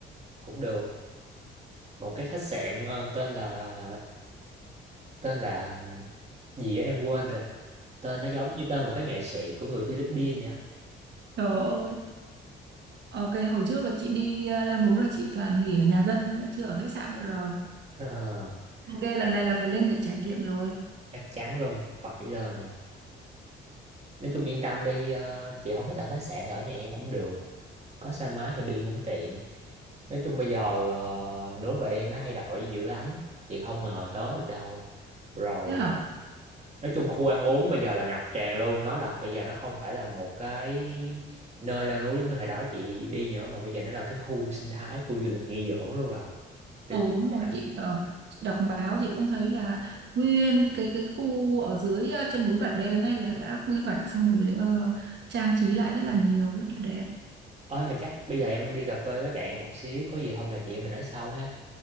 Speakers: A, on the right; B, on the right.
A: cũng được. Một cái khách sạn ờ, tên là tên là um, gì á em quên rồi. Tên nó giống như tên một cái nghệ sĩ của người Philippines vậy. á.
B: Trời ơi, ok, hồi trước là chị đi ờ, leo núi là chị toàn nghỉ ở nhà dân thôi, đã chưa ở khách sạn bao giờ.
A: Ờ. <laughs>
B: Ok, lần này là phải lên để trải nghiệm rồi.
A: chắc chắn luôn phải lên nha nói chung yên tâm đi ờ, chị không thích ở khách sạn thì ở nhà em cũng được có xe máy thì đi cũng tiện nói chung bây giờ ờ, núi Bà Đen nó thay đổi dữ lắm chị không ngờ tới được đâu rồi
B: Thế hả?
A: nói chung khu ăn uống bây giờ là ngập tràn luôn nó là bây giờ nó không phải là một cái nơi leo núi giống như hồi đó chị đi nữa mà bây giờ nó là cái khu sinh thái khu du lịch nghỉ dưỡng luôn rồi tuyệt
B: Ồ
A: vời
B: đúng rồi,
A: lắm
B: chị ờ, chị đọc báo chị cũng thấy là nguyên cái cái khu ở dưới ờ, chân núi Bà Đen này là đã quy hoạch xong rồi ờ, trang trí lại rất là nhiều, rất là đẹp.
A: ơi mà chắc bây giờ em đi cà phê với bạn một xíu có gì hôm nào chị em mình nói sau ha